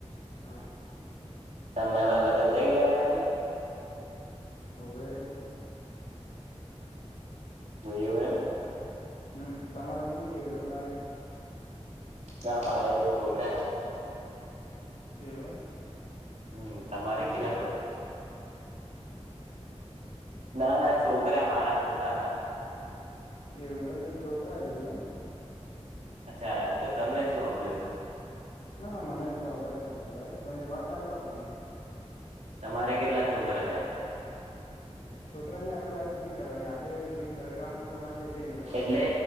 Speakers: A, on the left; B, on the right.
A: હા
B: તમેરા લગન થઈ ગયેલા છે?
A: હોવે
B: વયું એમ
A: હમ તમારે જ નહી થયો એવું લાગે.
B: ના મારા બે છોકરા હૈ.
A: એવું એમ?
B: હમ તમારે
A: ઉચક
B: કેટલા શોકરા ના ના છોકરા મારા પોતા ના.
A: એવું એમ તો છોકરા કીધા એમ?
B: અચ્છા તો તમને શું સાંભળ્યું?
A: ના ના મને તો અલગ જ સંભળાય તમે વાત ચાલુ રાખો બીજું
B: તમારે કેટલા છોકરા હે?
A: છોકરાની આપણે વાત નથી કરવાની આપણે જે ઘર કામ કરવાનું છે તેની વાત કરો.
B: એટલે